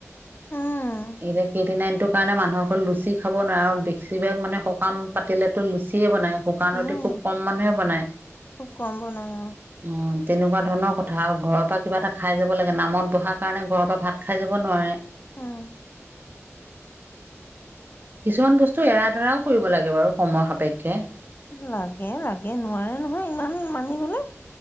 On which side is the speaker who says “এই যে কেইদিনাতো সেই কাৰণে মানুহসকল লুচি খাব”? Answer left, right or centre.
Right